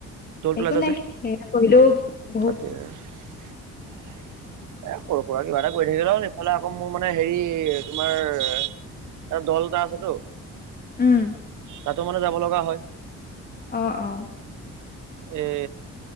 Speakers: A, on the right; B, on the left.
A: টল প্লাজা
B: একো নাই,
A: যে
B: সেয়া কৰিলেও বহুত
A: তাতে <inaudible> এ সৰু সুৰা কিবা এটা কৰি থাকিলেই হ'ল, এইফালে আকৌ মোৰ মানে হেৰি, তোমাৰ এটা দল এটা আছেতো
B: উম
A: তাতো মানে যাব লগা হয়।
B: অ' অ'।
A: এই,